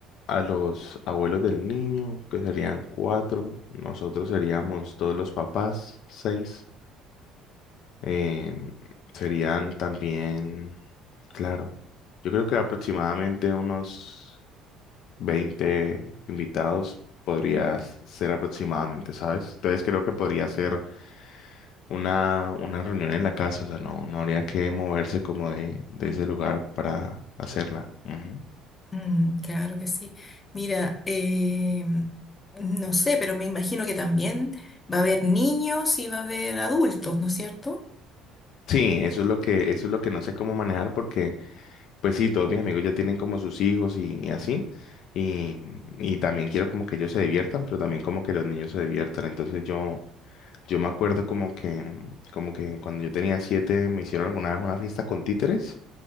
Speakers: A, on the left; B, on the left.
A: a los abuelos del niño, que serían cuatro, nosotros seríamos todos los papás, seis, eh, serían también, claro, yo creo que aproximadamente unos... 20 invitados podrías ser aproximadamente, ¿sabes? Entonces creo que podría ser una, una reunión en la casa, o sea, no, no habría que moverse como de, de ese lugar para hacerla. Ujú.
B: Mm, claro que sí. Mira, eh, no sé, pero me imagino que también va a haber niños y va a haber adultos, ¿no es cierto?
A: Sí, eso es lo que, eso es lo que no sé cómo manejar porque, pues sí, todos mis amigos ya tienen como sus hijos y, y así. Y, y también quiero como que ellos se diviertan, pero también como que los niños se diviertan. Entonces yo, yo me acuerdo como que, como que cuando yo tenía siete me hicieron alguna vez una fiesta con títeres.